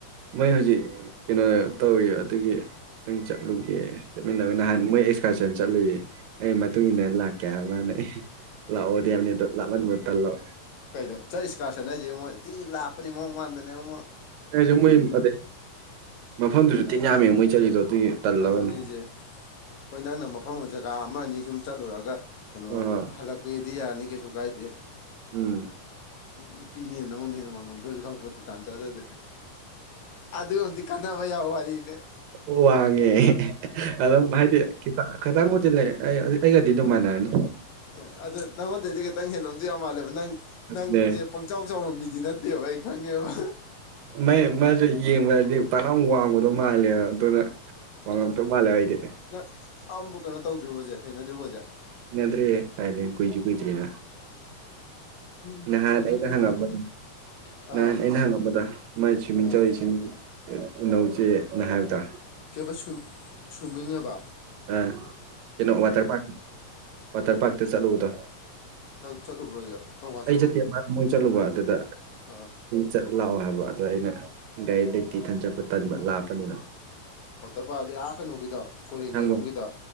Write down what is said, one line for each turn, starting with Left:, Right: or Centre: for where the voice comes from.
Right: ꯃꯣꯏ ꯍꯧꯖꯤꯛ ꯀꯩꯅꯣ ꯇꯧꯔꯤ ꯑꯗꯨꯒꯤ꯫ ꯈꯤꯇꯪ ꯆꯠꯂꯨꯒꯦ ꯆꯠꯃꯤꯟꯅꯕ ꯅꯍꯥꯟ ꯃꯣꯏ ꯑꯦꯛꯁꯀꯔꯁꯟ ꯆꯠꯂꯨꯌꯦ ꯑꯩ ꯃꯇꯨꯡ
Left: ꯎꯝ
Right: ꯏꯟꯅ ꯂꯥꯛꯀꯦ ꯍꯥꯏꯕ ꯃꯥꯅ ꯑꯩ ꯂꯥꯛꯑꯣꯗꯤ ꯌꯥꯝꯅꯦ ꯑꯗꯣ ꯂꯥꯃꯟꯕ ꯇꯜꯂꯕ
Left: ꯀꯩꯗꯧ ꯆꯠ ꯏꯁꯀꯥꯔꯁꯅ ꯍꯥꯏꯁꯦꯉꯣ ꯊꯤ ꯂꯥꯞꯄꯅꯤ ꯃꯑꯣꯡ ꯃꯥꯟꯗꯅ ꯉꯣ
Right: ꯐꯔꯁꯨ ꯃꯣꯏ ꯑꯗꯩ ꯃꯐꯝꯗꯨꯁꯨ ꯇꯤꯟ ꯌꯥꯝꯃꯦ ꯃꯣꯏ ꯆꯠꯂꯤꯗꯣ ꯑꯗꯨꯒꯤ꯫ ꯇꯜꯂꯕꯅꯤ
Left: ꯑꯗꯨꯅꯦꯁꯦ ꯍꯣꯏ ꯅꯪꯅ ꯃꯐꯝ ꯖꯒꯥ ꯑꯃ ꯑꯅꯤ ꯁꯨꯝ ꯆꯠꯂꯨꯔꯒ ꯀꯅꫭ
Right: ꯑ
Left: ꯍꯂꯛꯄꯩꯗꯤ ꯌꯥꯅꯤ ꯀꯩꯁꯨ ꯀꯥꯏꯗꯦ
Right: ꯎꯝ
Left: ꯅꯨꯄꯤꯅꯦꯅ ꯅꯉꯣꯟꯗ ꯍꯦꯟꯅ ꯋꯥꯡꯉꯃꯝꯕ꯭ꯔꯁꯨ ꯈꯪꯄꯣꯠꯇꯦ ꯇꯥꯟ ꯆꯗꯗꯤ ꯑꯗꯨ ꯍꯧꯗꯤ ꯀꯟꯅꯅꯕ ꯌꯥꯎꯕ ꯋꯥꯔꯤꯅꯦ
Right: ꯑꯣ ꯋꯥꯡꯉꯦ ꯑꯗꯨꯝ ꯍꯥꯏꯗꯤ ꯈꯤꯇ ꯈꯤꯇꯪꯕꯨꯗꯤ ꯂꯩ ꯑꯩ ꯑꯩꯒꯗꯤ ꯑꯗꯨꯝ ꯃꯥꯟꯅꯔꯅꯤ
Left: ꯑꯦ ꯑꯗꯨ ꯅꯪꯉꯣꯟꯗꯩꯗꯤ ꯈꯤꯇꯪ ꯍꯦꯜꯂꯝꯗꯣ ꯌꯥꯝ ꯃꯥꯜꯂꯦꯕ ꯅꯪ
Right: ꯑꯗꯨꯅꯦ
Left: ꯅꯪꯁꯦ ꯆꯥꯎ ꯆꯥꯎꯕ ꯃꯤꯗꯤ ꯅꯠꯇꯦꯕ ꯑꯩ ꯈꯪꯉꯦꯕ
Right: ꯃ ꯃꯁꯨ ꯌꯦꯡꯕꯗꯗꯤ ꯄꯅꯝ ꯋꯥꯡꯕꯗꯣ ꯃꯥꯜꯂꯦꯕ ꯑꯗꯨꯅ ꯋꯥꯉꯝꯗꯧ ꯃꯂꯦ ꯍꯥꯏꯗꯦ
Left: ꯅ ꯑꯥꯕꯨꯛ ꯀꯩꯅꯣ ꯇꯧꯗ꯭ꯔꯤꯕꯣꯖꯦ ꯊꯦꯡꯅꯗ꯭ꯔꯤꯕꯣꯖꯦ
Right: ꯅꯗ꯭ꯔꯤꯍꯦ ꯀꯥꯏꯗꯩ ꯀꯨꯏꯖꯨ ꯀꯨꯏꯗ꯭ꯔꯤꯅ
Left: ꯎꯝ
Right: ꯅꯍꯥꯟ
Left: ꯊꯦꯡꯅꯗ꯭ꯔꯤ
Right: ꯑꯩꯅ ꯍꯪꯉꯝꯕꯗ
Left: ꯊꯦꯡꯅꯗ꯭ꯔꯤ ꯑꯥ
Right: ꯅꯍꯥꯟ ꯑꯩꯅ ꯍꯪꯉꯝꯕꯗ ꯃꯥꯏ ꯁ꯭ꯋꯤꯝꯃꯤꯡ
Left: ꯑꯥ
Right: ꯆꯧꯔꯤ ꯁ꯭ꯋꯃꯤꯡ ꯎꯅꯧ ꯖꯦ ꯅ ꯍꯥꯏꯕꯗ
Left: ꯀꯦꯕ ꯁꯨ ꯁꯨꯃꯤꯡꯑꯕ
Right: ꯑ ꯀꯩꯅꯣ ꯋꯥꯇꯔ ꯄꯥꯔ ꯋꯥꯇꯔ ꯄꯥꯔꯛꯇ ꯆꯠꯂꯨꯕꯗꯣ
Left: ꯅꯪ ꯆꯠꯂꯨꯕ꯭ꯔꯣꯁꯦ ꯀꯔꯝꯀꯥꯟ
Right: ꯑꯩ
Left: ꯆꯠꯂꯨꯒꯦ
Right: ꯆꯠꯇꯦ ꯃꯣꯏ ꯆꯠꯂꯨꯕ ꯑꯗꯨꯗ
Left: ꯑꯥ
Right: ꯆꯠ ꯂꯥꯛꯑꯣ ꯍꯥꯏꯕ ꯑꯗ ꯑꯩꯅ ꯒꯥꯔꯤ ꯂꯩꯇꯤ ꯏꯊꯟ ꯆꯠꯄ ꯇꯟꯕ ꯂꯥꯞꯄꯅꯤꯅ
Left: ꯋꯇꯦꯔ ꯄꯥꯛ ꯍꯥꯏꯗꯤ ꯑ ꯀꯩꯅꯣꯒꯤꯗꯣ ꯀꯣꯏꯔꯦꯉꯩ
Right: ꯄꯣꯠꯁꯥꯡꯕꯝ
Left: ꯔꯣꯝꯒꯤ ꯗꯣ